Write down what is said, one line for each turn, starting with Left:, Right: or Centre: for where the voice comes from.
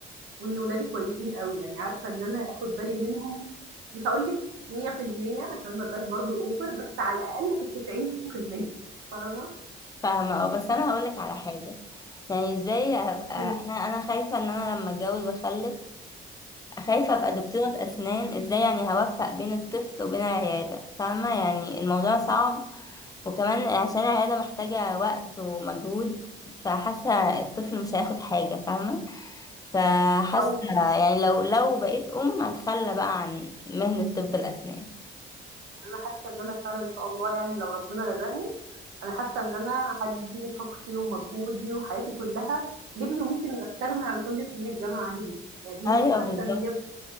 Right: وإن ولادي كويسين أوي، يعني عارفة إن أنا آخد بالي منهم مش هاقول لِك 100% عشان ما أبقاش برضه over بس على الأقل في ال90% فاهمة؟
Left: فاهمة اه بس انا هقولك على حاجة يعني ازاي ابقى
Right: إمم،
Left: انا انا خايفة ان انا لما اتجوز واخلف خايفة ابقى دكتورة اسنان ازاي يعني هوفق بين الطفل وبين العيادة فاهمة يعني الموضوع صعب وكمان عشان العيادة محتاجة وقت ومجهود فحاسة
Right: إمم.
Left: الطفل مش هياخد حاجة فاهمة فحاسة
Right: لو
Left: يعني لو لو بقيت ام هتخلى بقى عن مهنة طب الاسنان
Right: أنا حاسة إن أنا فعلًا إن شاء الله يعني لو ربنا رزقني، أنا حاسة إن أنا هادّي طاقتي ومجهودي وحياتي كلها لابني وممكن أستغنى عن كل سنين الجامعة عادي جدًا، يعني دي
Left: ايوه
Right: من حاسة
Left: بالظبط
Right: إن هي